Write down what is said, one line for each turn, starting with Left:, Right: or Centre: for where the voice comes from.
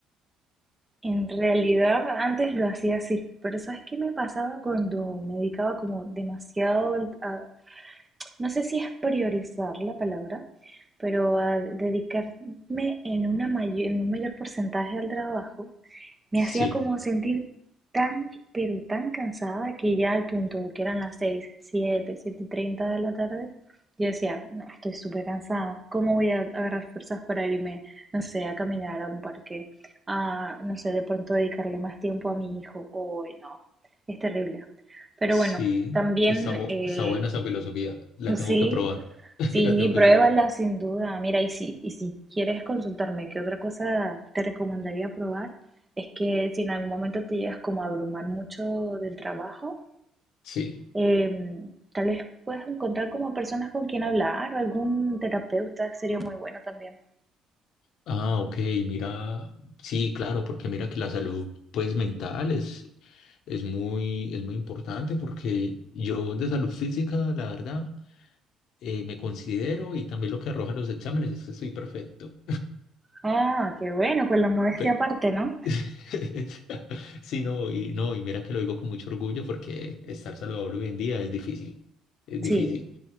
Right: En realidad antes lo hacía así, pero ¿sabes qué me pasaba cuando me dedicaba como demasiado a, no sé si es priorizar la palabra, pero a dedicarme en una may- en un mayor porcentaje al trabajo? me hacía
Left: Sí.
Right: como sentir tan, pero tan cansada que ya al punto que eran las seis siete 7 y 30 de la tarde, yo decía, "No, estoy súper cansada, ¿cómo voy a agarrar fuerzas para irme, no sé, a caminar a un parque, a, no sé, de pronto dedicarle más tiempo a mi hijo? Hoy no, es terrible. Pero
Left: Sí,
Right: bueno, también
Left: está, bu-
Right: eh,
Left: está buena esa filosofía. La
Right: Sí,
Left: tengo que probar. <laughs>
Right: sí,
Left: La tengo que
Right: pruébala
Left: probar.
Right: sin duda. Mira, y si, y si quieres consultarme qué otra cosa te recomendaría probar, es que si en algún momento te llegas como a abrumar mucho del trabajo,
Left: Sí.
Right: em, tal vez puedas encontrar como personas con quien hablar o algún terapeuta, sería muy bueno también.
Left: Ah, ok, mira. Sí, claro, porque mira que la salud, pues, mental es, es muy, es muy importante porque yo de salud física, la verdad, eh, me considero y también lo que arrojan los exámenes es que soy perfecto.
Right: Ah, qué bueno, con la modestia
Left: Pe-
Right: aparte, ¿no?
Left: <laughs> Sí, no, y no, y mira que lo digo con mucho orgullo porque estar saludable hoy en día es difícil. Es difícil.
Right: Sí,